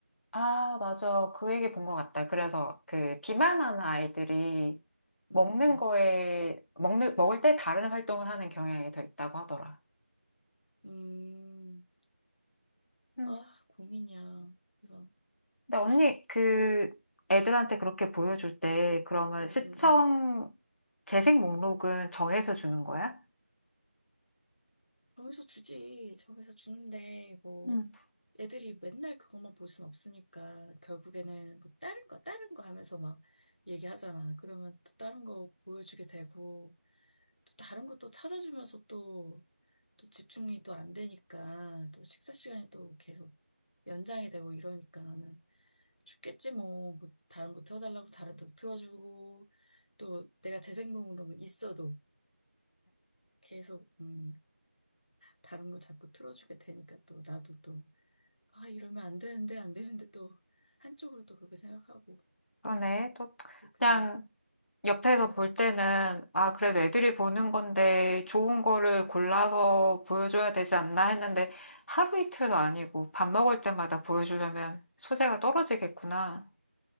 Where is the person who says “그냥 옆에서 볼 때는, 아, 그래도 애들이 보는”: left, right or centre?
Left